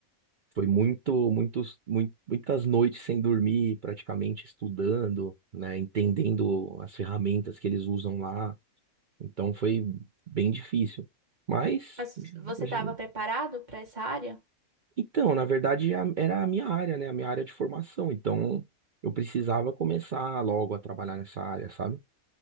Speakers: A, on the right (about 55°); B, on the right (about 30°).
A: Foi muito, muitos, mui- muitas noites sem dormir, praticamente estudando, né? Entendendo as ferramentas que eles usam lá. Então foi bem difícil. Mas,
B: Mas você
A: hoje-
B: estava preparado para essa área?
A: então, na verdade, a- era a minha área, né? A minha área de formação. Então, eu precisava começar logo a trabalhar nessa área, sabe?